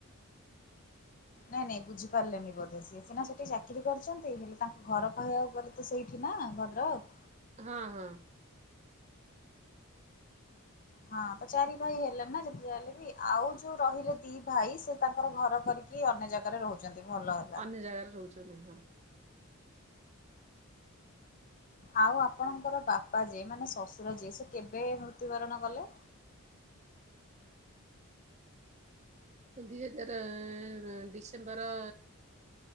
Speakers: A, on the left; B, on the right.
A: ନାଇଁ ନାଇଁ ବୁଝିପାରିଲେ ନି ବଧେ ସିଏ ସିନା ସେଠି ଚାକିରି କରିଛନ୍ତି ହେଲେ ତାଙ୍କୁ ଘର କହିବାକୁ ଗଲେ ତ ସେଇଠି ନା ଭଦ୍ରକ୍?
B: ହଁ ହଁ।
A: ହଁ ତ ଚାରି ଭାଇ ହେଲେ ନା ଯେତେ ଯାହା ହେଲେ ବି ଆଉ ଯୋଉ ରହିଲେ ଦି ଭାଇ ସେ ତାଙ୍କର ଘର କରିକି କି ଅନ୍ୟ ଜାଗାରେ ରହୁଛନ୍ତି ଭଲ ହବ୍
B: ଅନ୍ୟ ଜାଗାରେ ରହୁଛନ୍ତି ହଁ ‌।
A: ଆଉ ଆପଣଙ୍କର ବାପା ଯିଏ ମାନେ ଶଶୁର ଯିଏ ସେ କେବେ ମୃତ୍ୟୁବରଣ କଲେ?
B: ଦୁଇ ହଜାର ଡିସେମ୍ବର